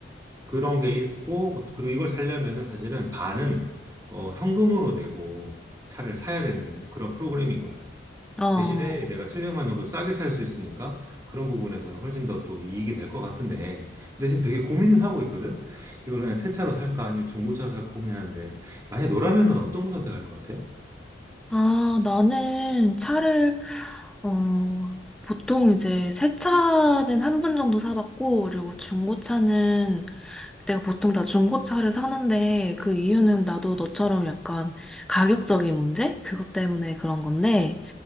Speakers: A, on the right; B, in the centre.
A: 그런 게 있고 그리고 이걸 살려면은 사실은 반은 어, 현금으로 내고 차를 사야 되는 그런 프로그램인 거야.
B: 어,
A: 대신에 내가 700만 정도 싸게 살 수 있으니까 그런 부분에서는 훨씬 더 또 이익이 될 것 같은데. 근데 지금 되게 고민을 하고 있거든? 이걸 그냥 새 차로 살까 아니면 중고차로 살까 고민하는데 만약 너라면은 어떤 거 선택할 것 같아?
B: 아, 나는 차를, 어, 보통 이제 새 차는 한 번 정도 사봤고, 그리고 중고차는 내가 보통 다 중고차를 사는데, 그 이유는 나도 너처럼 약간 가격적인 문제? 그것 때문에 그런 건데,